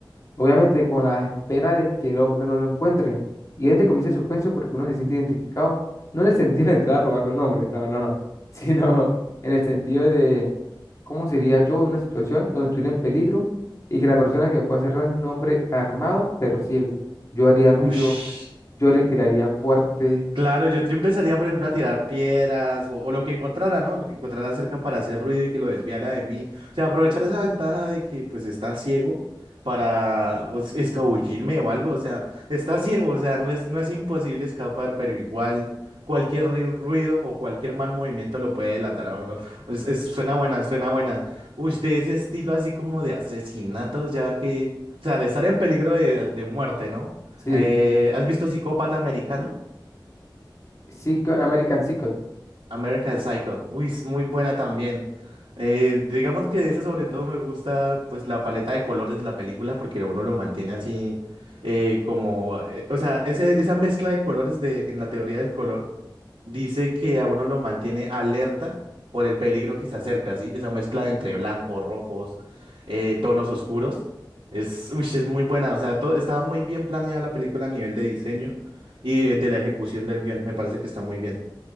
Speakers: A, on the left; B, on the right.
A: Obviamente con la espera de que el hombre no lo encuentre. Y es donde comienza el suspenso porque uno se siente identificado, no en el sentido de entrar a robarle un hombre, no, no, no, <laughs> sino en el sentido de cómo sería yo en una situación donde estuviera en peligro y que la persona que me puede hacer daño es un hombre armado pero ciego. Yo haría ruido,
B: Ush.
A: yo respiraría fuerte,
B: Claro, yo, yo empezaría, por ejemplo, a tirar piedras o, o lo que encontrara, ¿no? Lo que encontrara cerca para hacer ruido y que lo desviara de mí. O sea, aprovechar esa ventaja de que pues está ciego para o s- escabullirme o algo. O sea, está ciego, o sea, no es, no es imposible escapar, pero igual cualquier ri- ruido o cualquier mal movimiento lo puede delatar a uno. Es, es- suena buena, suena buena. Uy, de ese estilo así como de asesinatos, ya que, o sea, de estar en peligro de, de muerte, ¿no?
A: sí,
B: Eh, ¿has visto Psicópata Americano?
A: sí, con American Psycho.
B: American Psycho. Uy, es muy buena también. Eh, digamos que de esa sobre todo me gusta pues la paleta de colores de la película porque uno lo mantiene así eh, como, eh, o sea, ese- esa mezcla de colores de, en la teoría del color dice que a uno lo mantiene alerta por el peligro que se acerca, ¿sí? Esa mezcla entre blancos, rojos, eh, tonos oscuros. Es, uy, es muy buena, o sea, to- estaba muy bien planeada la película a nivel de diseño y de de la ejecución del guión, me parece que está muy bien.